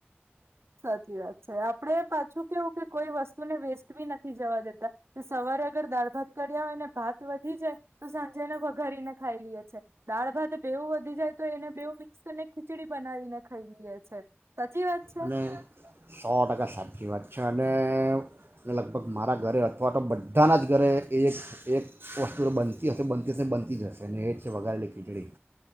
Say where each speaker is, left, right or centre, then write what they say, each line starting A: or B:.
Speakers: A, on the right; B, on the right.
A: સાચી વાત છે આપ આપણેે પાછું કેવું કે કોઈ વસ્તુને વેસ્ટ બી નથી જવા દેતા કે સવારે અગર દાળ ભાત કર્યા હોય ને ભાત વધી જાય તો સાંજેને વઘાારીને ખાઈ લઈએ છીએ દાળ ભાત બેવ વધી જાય તો એને બેવું મિક્સ અને ખીચડી બનાવીને ખાઈ લઈએ. છે. સાચી વાત છે.
B: અને સો ટકા સાચી વાત છે અને અને લગભગ મારા ઘરે અથવા તો બધાના જ ઘરે એ એક વસ્તુ તો બનતી હશે બનતી હશે બનતી જ હશે એ જ છે વઘારેલી ખીચડી.